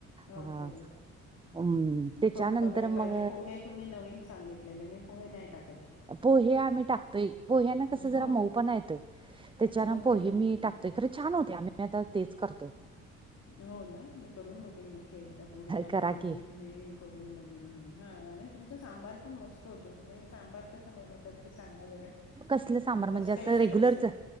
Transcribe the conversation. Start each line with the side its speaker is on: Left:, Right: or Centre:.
Right: हा
Left: ओके. हम्म
Right: अम त्याच्यानंतर
Left: करून बघायला पाहिजे.
Right: मग
Left: पोहे तुम्ही नवीन सांगितलेले मी पोहे नाही टाकत.
Right: पोहे आम्ही टाकतोय. पोह्या ना कस जरा
Left: हो
Right: मऊ
Left: का
Right: पणा येतोय. त्याच्यान
Left: ओके
Right: पोहे
Left: ओके
Right: मी
Left: ओके
Right: टाकतोय. खर छान होतय. आम्ही आता तेच करतोय.
Left: हो ना मी करून बघेन नक्की एकदा पोहे टाकून
Right: करा
Left: बघेन
Right: की
Left: मी. करून बघेन मी. हा आणि तुमच सांबार पण मस्त होतो तुम्ही सांबार कसा बनवतात ते सांगा जरा.
Right: कसलं सांबार
Left: तुमचं
Right: म्हणजे
Left: स्पेशल
Right: असं रेग्युलरच
Left: असत.